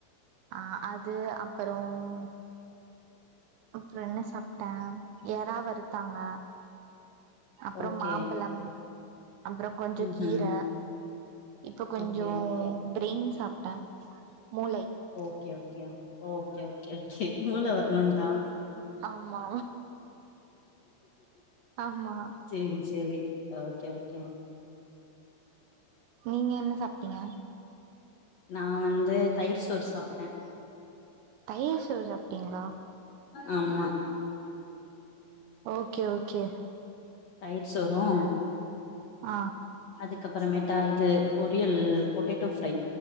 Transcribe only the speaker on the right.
ஆஹ் அது அப்புறோம் அப்புறோம் என்ன சாப்ட்டன் ஏறா வருத்தாங்க அப்றோம்
மாம்பழம் அப்புறோம் கொஞ்ஜோ
கீர
இப்போ கொஞ்ஜோம்
பிரெயின் சாப்ட்டன் மூளை
ஆமா ஆமா
நீங்க என்ன சாப்ட்டீங்க
தையிர் சோர் சாப்டிங்ளா
ஓகே ஓகே
ஆ